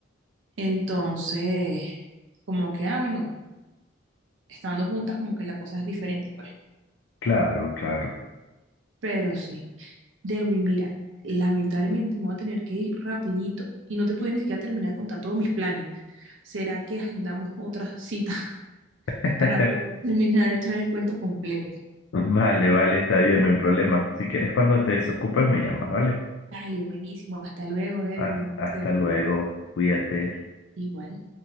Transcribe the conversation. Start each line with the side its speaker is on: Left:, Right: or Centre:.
Right: Entonces, como que, ah, bueno, estando juntas, como que la cosa es diferente, pues.
Left: Claro, claro.
Right: Pero sí. Derwin, mira, lamentablemente me voy a tener que ir rapidito y no te pude ni siquiera terminar de contar todos mis planes. ¿Será que agendamos otra cita <laughs>
Left: <laughs>
Right: para poder terminar de traer el cuento completo?
Left: Vale, vale, está bien, no hay problema. Si quieres, cuando te desocupes, me llamas, ¿vale?
Right: Dale, buenísimo. Hasta luego, Derwin.
Left: Ah,
Right: Un placer.
Left: hasta luego, cuídate.
Right: Igual.